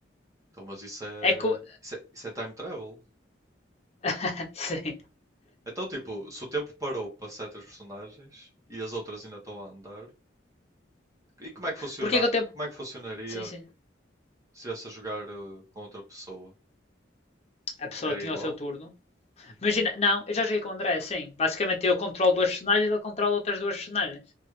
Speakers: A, on the right (about 20°); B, on the left (about 35°).
A: Então, mas isso é,
B: É que. o-
A: isso é, isso é time travel.
B: <laughs> Sim.
A: Então, tipo, se o tempo parou para certas personagens e as outras ainda estão a andar, e como é que funciona,
B: Porque é que o
A: e
B: tempo.
A: como é que funcionaria
B: Sim,
A: se
B: sim.
A: estivesse a jogar eh, com outra pessoa?
B: A pessoa
A: Era
B: tinha
A: igual?
B: o seu turno. Imagina, não, eu já joguei com o André, sim. Basicamente eu controlo duas personagens, ele controla outras duas personagens.